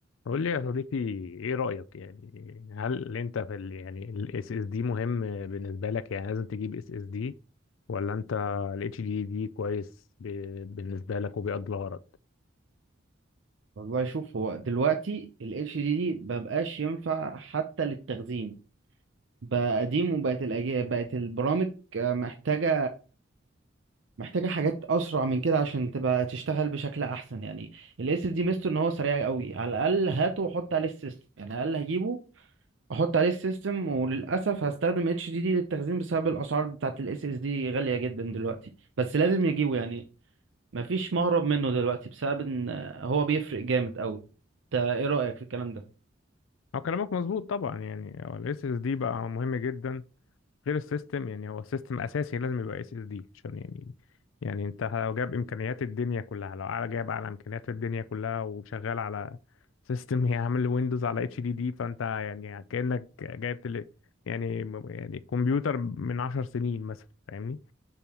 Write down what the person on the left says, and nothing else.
قول لي يا صديقي ايه رأيك يعني هل انت في ال يعني ال SSD مهم بالنسبة لك يعني لازم تجيب SSD ولا انت ال HDD كويس ب- بالنسبة لك وبيقضي الغرض
هو كلامك مظبوط طبعا يعني هو الاس اس دي بقى مهم جدا غير السيستم يعني هو السيستم اساسي لازم يبقى اس اس دي عشان يعني يعني انت لو جاب امكانيات الدنيا كلها لو على جايب على امكانيات الدنيا كلها وشغال على سيستم <laughs> يعمل ويندوز على اتش دي دي فانت يعني كانك جايب تل... يعني يعني كمبيوتر من عشر سنين مثلا فاهمني